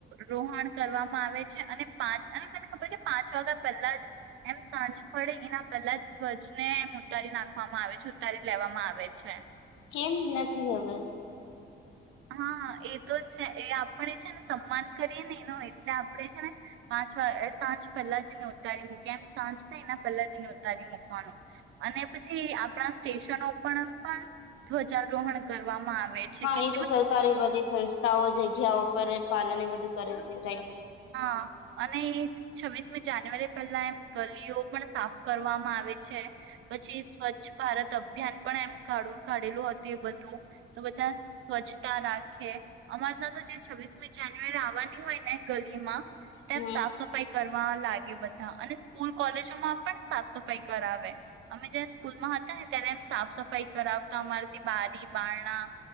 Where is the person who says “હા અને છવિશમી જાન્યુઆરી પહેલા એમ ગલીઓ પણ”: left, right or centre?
Right